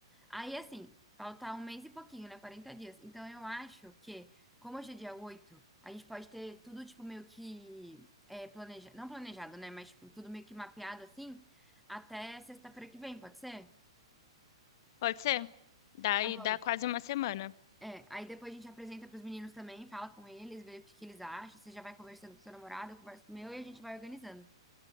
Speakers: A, in the centre; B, on the left.
A: Aí assim, faltar um mês e pouquinho, né? quarenta dias. Então eu acho que, como hoje é dia 8, a gente pode ter tudo tipo meio que é, planejado, não planejado, né? Mas tipo, tudo meio que mapeado assim, até sexta-feira que vem, pode ser?
B: Pode ser? Daí
A: Tá bom.
B: dá quase uma semana.
A: É, aí depois a gente apresenta pros meninos também, fala com eles, vê o que que eles acham. Você já vai conversando com seu namorado, eu converso com o meu e a gente vai organizando,